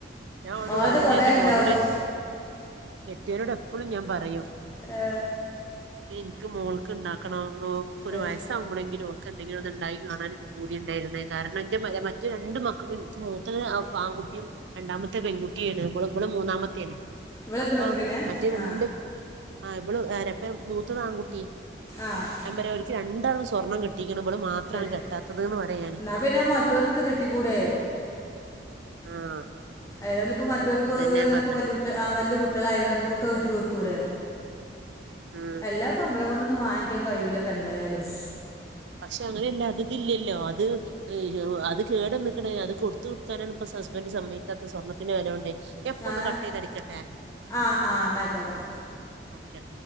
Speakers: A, on the right; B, on the left.
A: ഞാൻ ഒളോട്
B: ഓളത്
A: പറയ
B: കുറേ
A: ഞാൻ ന്റെ
B: ഉണ്ടാവും
A: മോനോടെ കെട്ടിയരോട് എപ്പളും ഞാൻ പറയും
B: ആഹ്
A: ഇന്ക്ക് മോൾക്ക് ഇണ്ടാക്കണം. മോൾക് ഒരു
B: ഏഹ്.
A: വയസ് വുമ്പളേങ്കിലും അവക്കെന്തെങ്കിലും ഒന്ന് ഇണ്ടായി കാണാ പൂതി ഉണ്ടായിരുന്ന. കാരണം എന്റെ മറ്റു രണ്ട് മക്കും മൂതത് ആൺകുട്ടിയും രണ്ടാമത്തെ പെൺകുട്ടിയാണ്. ഇവള് മൂന്നാമത്തെ ആണ്.
B: ഇവളെന്ത്
A: അപ്പൊ
B: പെൺകുട്ടീനെ
A: മറ്റേ രണ്ട്
B: ആ
A: ആ ഇവളുംആരപ്പ മൂത്തതാൺകുട്ടി
B: ആഹ്
A: ഞാൻ പറിയാ ഓൽക്ക് രണ്ടാളും സ്വർണ്ണം കെട്ടിക്ക്ണ് ഇവെൾ മാത്രാണ്
B: കേട്ടി
A: കെട്ടാത്തെത് ന്ന് പറിയെ ഞാന്
B: എന്നാ പിന്നെ മറ്റോരുടത്ത് കെട്ടിക്കൂടെ
A: ആഹ്
B: ഏതാലും ഇപ്പൊ മറ്റോൽക്ക്
A: അതന്നെ
B: ഓൽ
A: ഞാൻ
B: എന്തായാലും
A: പറഞ്ഞെ
B: ഇപ്പോ വല്ല്യ കുട്ടി ആഹ് വല്ല്യ കുട്ടിയാൾ ആയിര്ന്നാ ഇപ്പം ഇബെക്ക് അഹ് വെട്ടി കൊട്ത്തുടെ
A: ഉം
B: അല്ലാതെ ഇപ്പം ഞമ്മളെ കൊണ്ടൊന്നും വാങ്ങിക്കാൻ കയ്യൂല ഇപ്പം എന്തായാലും
A: പക്ഷെ അങ്ങനെ അല്ല അത് ഇത് ഇല്ലല്ലോ അത് ഏഹ് യ്യോ അത് കേടെന്ന്ക്ക്ണ് അത് കൊടുത്ത് കൊട്ത്താലാണ് ഇപ്പം സസ്ബെന്റ് സമ്മെയ്ക്കാത്തെ സ്വർണത്തിന്റെ വെലോണ്ടെയ് ഞാ ഇപ്പം
B: ആ
A: ഒന്ന് കട്ട് ചെയ്ത് ആടിക്കെട്ടെ
B: ആ ആ എന്നായിക്കോട്ടെ
A: ഓക്കെ